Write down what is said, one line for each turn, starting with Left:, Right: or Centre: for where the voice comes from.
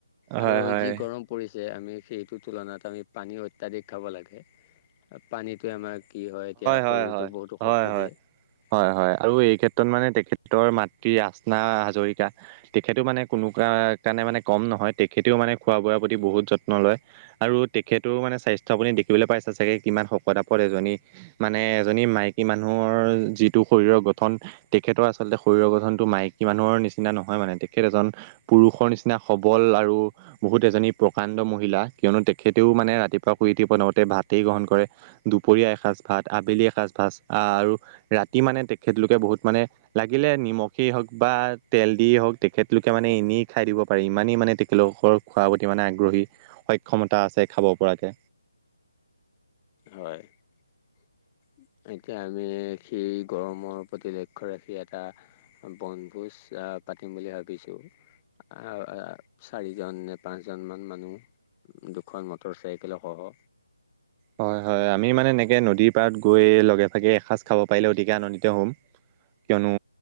Left: আৰু
Right: হয় হয়
Left: যি গৰম পৰিছ- যে আমি সেইটো তুলনাত আমি পানী অত্যাধিক খাব লাগে। পানীটোৱে আমাৰ কি হয় এতিয়া
Right: হয়
Left: শৰীৰটো
Right: হয়
Left: বহুতো শক্তি
Right: হয় হয়
Left: দিয়ে।
Right: হয় হয় আৰু এই ক্ষেত্ৰত মানে তেখেতৰ মাতৃ ৰাচনা হাজৰিকা তেখেতো মানে কোনো কা সেই কাৰণে মানে কম নহয় তেখেতেওঁ মানে খোৱা বোৱাৰ প্ৰতি বহুত যত্ন লয়। আৰু তেখেতৰওঁ মানে স্বাস্থ্য আপুনি। দেখিবলৈ পাইছা চাগে কিমান শকত আপদত এজনী মানে এজনী মাইকী মানুহৰ যিটো। শৰীৰৰ গঠন তেখেতৰ আচলতে শৰীৰৰ গঠনটো মাইকী মানুহৰ নিচিনা নহয় মানে তেখেত এজন। পুৰুষৰ নিচিনা সবল আৰু বহুত এজনী। প্ৰকাণ্ড মহিলা কিয়নো তেখেতেওঁ মানে ৰাতিপুৱা শুই উঠি প্ৰথওঁতে ভাতেই গ্ৰহণ কৰে দুপৰীয়া এসাঁজ। ভাত আবেলি এসাঁজ ভাত আৰু ৰাতি। ৰাতি মানে তেখেতলোকে বহুত মানে লাগিলে নিমখেই হওঁক বা তেল দিয়েই হওঁক তেখেতলোকে মানে। এনেই খাই দিব পাৰি ইমানে ইমানে মানে তেখেতলোকৰ খোৱাৰ প্ৰতি মানে আগ্ৰহী সক্ষমতা আছে খাব পৰাকে।
Left: হয় এতিয়া আমি। সেই গৰমৰ প্ৰতি লক্ষ্য ৰাখি এটা বনভোজ পাতিম বুলি ভাবিছোঁ। আহ চাৰিজন নে পাঁচ জন মান মানুহ। উম দুখন মটৰ চাইকেলসহ।
Right: হয় হয় আমি মানে এনেকে নদীৰ পাৰত গৈ লগে ভাগে এসাঁজ। খাব পাৰিলে অতিকে আনন্দিত হ'ম। কিয়নো